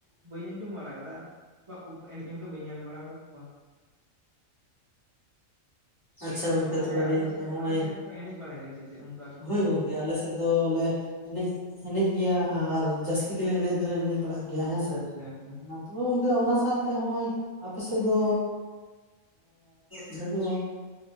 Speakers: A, on the right; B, on the left.
A: ᱵᱟᱹᱧ ᱟᱸᱡᱚᱢ ᱵᱟᱲᱟ ᱠᱟᱫᱟ ᱟᱨ ᱵᱟᱠᱚ ᱮᱱᱮᱡ ᱦᱚᱸᱛᱚ ᱵᱟᱹᱧ ᱧᱮᱞ ᱵᱟᱲᱟ ᱟᱠᱟᱫ ᱠᱚᱣᱟ
B: ᱟᱪᱪᱷᱟ
A: ᱟᱨ
B: ᱜᱚᱝᱠᱮ
A: ᱛᱟᱦᱚᱞᱮ
B: ᱛᱚᱵᱮ ᱟᱰᱤ
A: ᱟᱯᱮ
B: ᱱᱟᱯᱟᱭ
A: ᱥᱮᱫ
B: ᱦᱚᱸᱜᱼᱚᱭ
A: ᱟᱯᱮ ᱥᱮᱫ ᱫᱚᱯᱮ ᱮᱱᱮᱡ ᱵᱟᱲᱟᱭ ᱜᱮᱭᱟ ᱥᱮ ᱪᱮᱫ ᱚᱝ
B: ᱦᱳᱭ ᱜᱚᱝᱠᱮ ᱟᱞᱮᱥᱮᱫ ᱫᱚᱞᱮ ᱮᱱᱮᱡ ᱮᱱᱮᱡ ᱜᱮᱭᱟ ᱟᱨ ᱡᱟᱥᱛᱤ ᱜᱮᱞᱮ ᱮᱱᱮᱡ ᱫᱚᱞᱮ ᱮᱱᱮᱡ ᱵᱟᱲᱟᱜ ᱜᱮᱭᱟ
A: ᱟᱪᱪᱷᱟ
B: ᱦᱮᱸ ᱥᱮ
A: ᱟᱪᱪᱷᱟ ᱟᱪᱪᱷᱟ
B: ᱜᱚᱝᱠᱮ ᱚᱱᱟ ᱥᱟᱶᱛᱮ ᱱᱚᱜᱼᱚᱭ ᱟᱯᱮ ᱥᱮᱫ ᱫᱚ ᱡᱮᱦᱮᱛᱩ